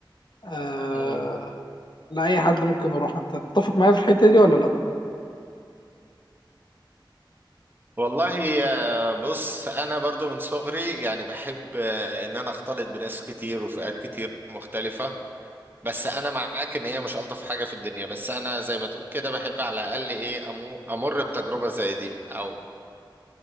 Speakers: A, on the left (about 60°); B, on the right (about 25°).
A: آه،
B: مم.
A: لا أي حد ممكن يروح أنت تتفق معايا في الحتة دي ولا لأ؟
B: والله آه، بص انا برضو من صغري يعني بحب آه، ان انا اختلط بناس كتير وفئات كتير مختلفة بس انا معاك ان هي مش الطف حاجه في الدنيا بس انا زي ما تقول كده بحب على الاقل ايه أمو- امر بتجربه زي دي او